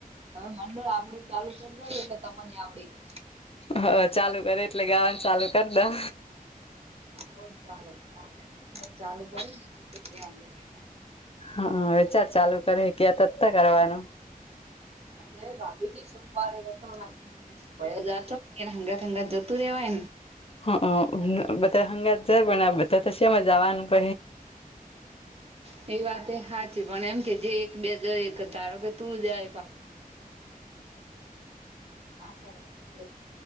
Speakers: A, on the right; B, on the left.
A: હવે મંડળ આપડું ચાલુ કરી દીઓ એટલે તમને આવડી જાય
B: હા ચાલુ કરે એટલે ગાવાનું ચાલુ કર દવ
A: હ ચાલે ચાલે હ ચાલુ કરને
B: હા વેચાર ચાલુ કરે કે્યા ત કરવાનું
A: હ ભાભીજી સોમવારે એ સુ જ હ ચંગા જતું રહેવા
B: હ બધા હંગાત જાય પણ બધા તો શમાંજાવાનું પ
A: હ એ વાત એ હાચી છે પણ એમ કે જે એક બે જઈ ધારો કે તું જાય આશાવ આવે એવી